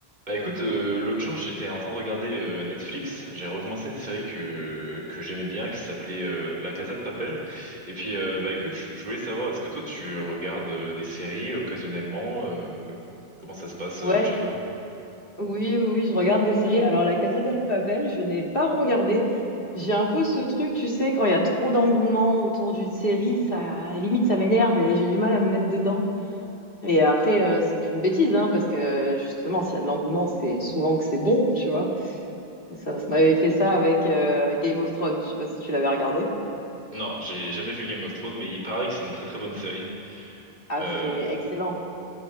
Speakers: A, on the right; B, on the left.
A: Bah écoute, euh, l'autre jour j'étais en train de regarder euh, Netflix, j'ai recommencé une série que que j'aimais bien qui s'appelait euh, La Casa de Papel. Et puis euh, bah écoute, je je voulais savoir est-ce que toi tu regardes euh, des séries euh, occasionnellement euh, comment ça se passe
B: Ouais,
A: euh, chez toi?
B: oui, oui, oui, je regarde des séries. Alors, La Casa del Papel, je n'ai pas regardé. J'ai un peu ce truc, tu sais, quand il y a trop d'engouement autour d'une série, ça limite ça m'énerve et j'ai du mal à me mettre dedans. Et après, euh, c'est une bêtise, hein, parce que justement, s'il y a de l'engouement, c'est souvent que c'est bon, tu vois. Ça, ça m'avait fait ça avec, euh, avec Game of Thrones. Je sais pas si tu l'avais regardé.
A: Non, j'ai jamais vu Game of Thrones, mais il paraît que c'est une très très bonne série.
B: Ah,
A: Euh,
B: c'est excellent.